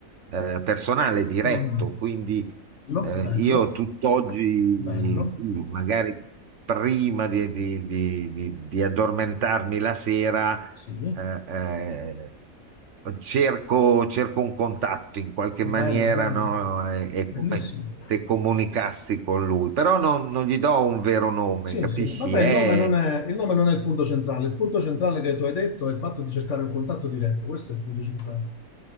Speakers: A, on the right (about 60°); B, on the left (about 60°).
A: eh, personale, diretto.
B: Mm,
A: Quindi
B: Bello,
A: eh,
B: bello,
A: io tutt'oggi,
B: bello,
A: sì, magari prima di, di- di- di- di addormentarmi la sera,
B: sì.
A: eh, eh, cerco, cerco un contatto in qualche
B: Bello,
A: maniera,
B: bello,
A: no? È, è
B: bellissimo.
A: come se comunicassi con lui, però non, non gli do un vero nome,
B: Sì,
A: capisci?
B: sì. Vabbè,
A: È,
B: il nome non è, il nome non è il punto centrale. Il punto centrale che tu hai detto è il fatto di cercare un contatto diretto. Questo è il punto centrale.